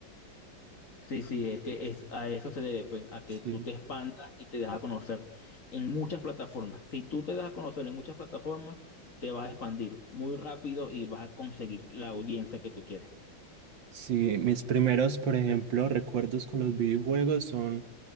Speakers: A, on the left; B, on the right.
A: Sí, sí, es que es, a eso se debe, pues, a
B: Sí.
A: que tú te expandas y te dejas a conocer en muchas plataformas. Si tú te das a conocer en muchas plataformas, te vas a expandir muy rápido y vas a conseguir la audiencia que tú quieres.
B: Sí, mis primeros, por ejemplo, recuerdos con los videojuegos son